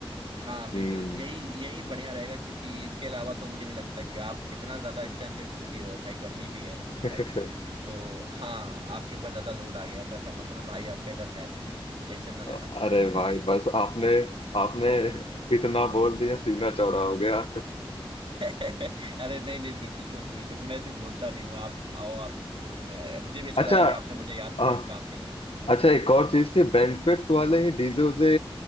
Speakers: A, on the right (about 65°); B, on the left (about 75°).
A: हाँ बिल्कुल
B: हम्म
A: यही यही बढ़िया रहेगा क्योंकि इसके अलावा तो मुझे नहीं लगता कि आप इतना ज्यादा इस टाइम पे बिजी हो भाई गर्मी भी है
B: <laughs>
A: राइट तो हाँ आपके ऊपर ज्यादा लोड आ गया है, तो ऐसा मतलब भाई आपका इधर है टेंशन ना लेना
B: अरे
A: <laughs>
B: भाई बस आपने आपने इतना बोल दिया सीना चौड़ा हो गया
A: अरे नहीं नहीं बिल्कुल बिल्कुल मैं सिर्फ बोलता नहीं हूँ आप आओ आप बिल्कुल मैं मुझे भी अच्छा
B: अच्छा
A: लगा कि आपने मुझे याद
B: आ,
A: किया इस काम के लिए हम्म
B: अच्छा एक और चीज थी बैंक्वेट वाले ही डीजे उसे